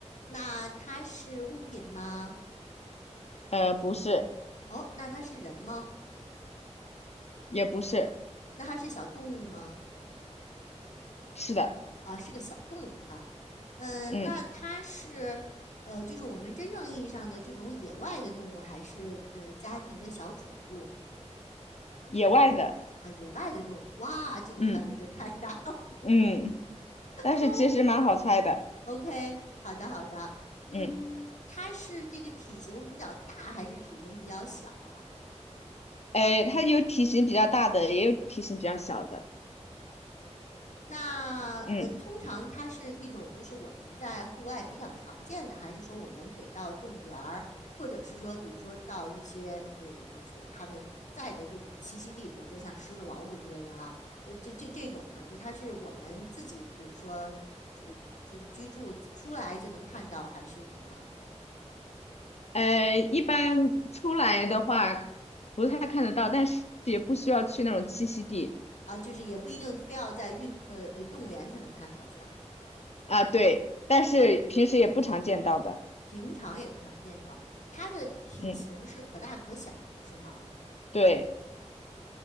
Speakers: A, on the left; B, on the left.
A: 那它是物品吗？
B: 呃，不是，
A: 哦，那它是人吗？
B: 也不是，
A: 那它是小动物吗？
B: 是的，
A: 啊、呃是个小动物哈。嗯，
B: 嗯，
A: 那它是呃，就是我们真正意义上的这种野外的动物，还是呃家庭的小宠物
B: 野外的，
A: 啊？野外的动物，哇，这个范围就太大了。
B: 嗯嗯，
A: <laughs>
B: 但是其实蛮好猜的，
A: 好 OK，好的好的，嗯，
B: 嗯，
A: 它是这个体型比较大还是体型比较小啊？
B: 哎，它有体型比较大的，也有体型比较小的，
A: 那呃，
B: 嗯。
A: 通常它是一种，就是我们在户外比较常见的，还是说我们得到动物园儿，或者是说，比如说到一些呃，就是他们在的这种栖息地，比如说像狮子、老虎之类的哈，呃，这这这种呢，就它是我们自己，比如说就就是居住出来就能看到，还是怎样的
B: 呃，一般出来的话不太看得到，但是也不需要去那种栖息地
A: 啊？就是也不一定非要在运呃呃动物园才能看到，是吧？
B: 啊，对，但是平时也不常见到的，
A: 平常也不常见到，它的体型是可大可小的，
B: 嗯，
A: 是吗？
B: 对，